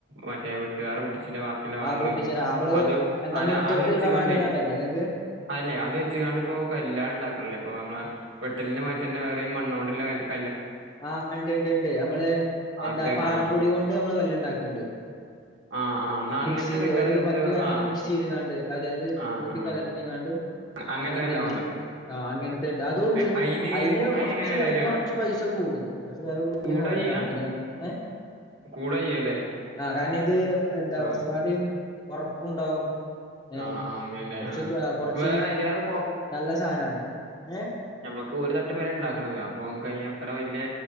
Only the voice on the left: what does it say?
ആ പൊട്ടിച്ചത് നമ്മള്
എന്താ
മുറ്റത്ത്
ഇടാൻ വേണ്ടിങ്ങാണ്ടല്ലേ ഇങ്ങക്ക്
ആ ഇണ്ട് ഇണ്ട് ഇണ്ട് നമ്മള്
എന്താ പാറപ്പൊടി
കൊണ്ട് നമ്മള് കല്ല് ഇണ്ടാക്ക്ണ്ട്.
മിക്സ് ചെയ്ത്
ഒരു
മറ്റു കാര്യങ്ങളൊക്കെ
മിക്സ് ചെയ്ത്ങ്ങാണ്ട് അതായത്
കൂട്ടിക്കലർത്തി
കാ ണ്ട്
നമ്മളെന്ത്
ചെയ്യുന്നു
ആ അങ്ങനത്തെ ഇണ്ട് അതൂണ്ട്
അതിന്
കൊറച്ച്
അതിന്
കൊറച്ച് പൈസ കൂടും കുറച്ചു വെല കൂടിയ
സാധനാണ്
ഇതിലെന്നെ ഏ
ആ കാരണം ഇത് എന്താ
കുറച്ചുപാടും ഉറപ്പുണ്ടാവും. ഏ
കുറച്ച്
ഒകെ കൊറച്ച്
നല്ല സാധനാണ്. ഏഹ്